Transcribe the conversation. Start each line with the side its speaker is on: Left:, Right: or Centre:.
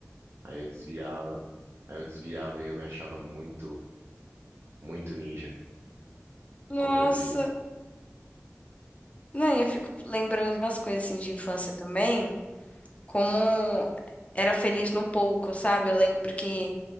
Right: Aí eu desviava, aí eu desviava e eu me achava muito, muito ninja
Left: Nossa.
Right: por conta disso.
Left: Não, eu fico lembrando de umas coisas assim de infância também, como era feliz no pouco, sabe? Eu lembro que